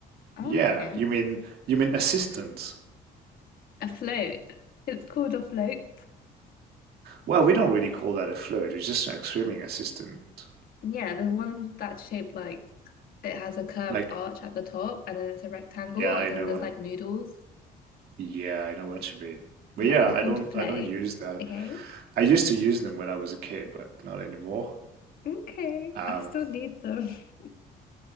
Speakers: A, on the left (about 60°); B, on the right (about 65°).
A: oh,
B: Yeah,
A: okay,
B: you mean you mean assistance?
A: a float. It's called a float.
B: Well, we don't really call that a float. It's just like swimming assistant.
A: Yeah, there's one that's shaped like it has a curved
B: Like,
A: arch at the top and then it's a rectangle
B: yeah, I
A: and
B: know.
A: then there's like noodles.
B: Yeah, I know what you mean. But
A: Yeah,
B: yeah,
A: they're
B: I
A: called
B: don't
A: floats.
B: I don't use that.
A: Okay.
B: I used to use them when I was a kid, but not anymore.
A: Okay.
B: Um,
A: I still need them. <laughs>